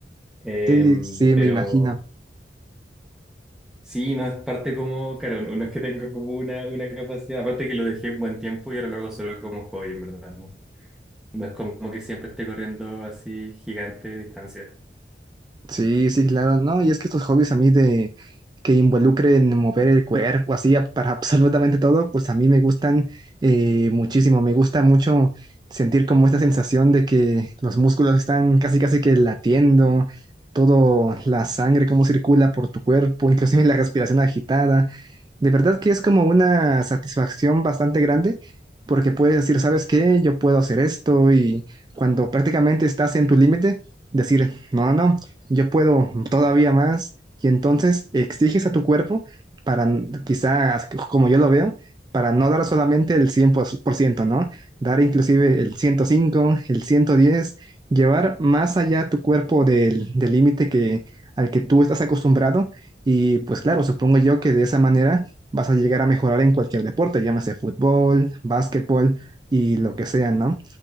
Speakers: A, in the centre; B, on the right.
A: Eh,
B: Sí, sí,
A: pero
B: me imagino.
A: sí, no es parte como, claro, no no es que tenga como una, una capacidad, aparte que lo dejé un buen tiempo y ahora lo hago solo como hobby, en verdad, ¿no? No es como que siempre esté corriendo así gigante de distancia.
B: Sí, sí, claro, no, y es que estos hobbies a mí de que involucren mover el cuerpo, así a- para <laughs> absolutamente todo, pues a mí me gustan eh, muchísimo, me gusta mucho sentir como esta sensación de que los músculos están casi casi que latiendo, todo la sangre cómo circula por tu cuerpo, <laughs> inclusive la respiración agitada, de verdad que es como una satisfacción bastante grande porque puedes decir, ¿sabes qué? Yo puedo hacer esto y cuando prácticamente estás en tu límite, decir, no, no, yo puedo todavía más y entonces exiges a tu cuerpo para, quizás, como yo lo veo, para no dar solamente el cien por ciento ¿no? Dar inclusive el ciento cinco el ciento diez llevar más allá tu cuerpo del del límite que al que tú estás acostumbrado. Y pues claro, supongo yo que de esa manera vas a llegar a mejorar en cualquier deporte, llámese fútbol, básquetbol y lo que sea, ¿no?